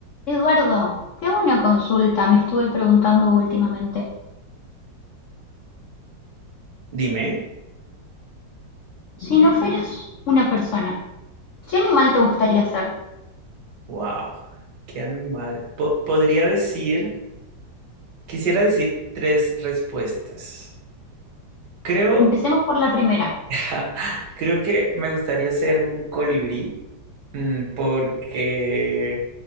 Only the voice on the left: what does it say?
Eduardo, te hago una consulta, me estuve preguntando últimamente.
Si no fueras una persona, ¿qué animal te gustaría ser?
Empecemos por la primera.